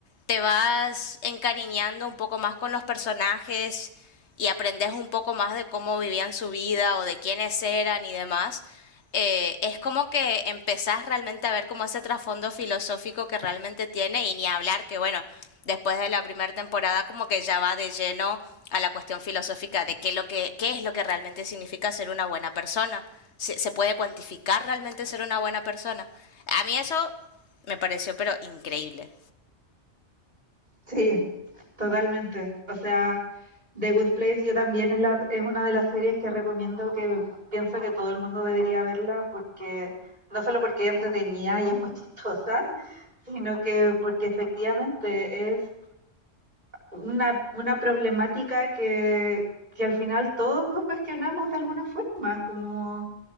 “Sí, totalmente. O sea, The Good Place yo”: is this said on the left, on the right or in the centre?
Right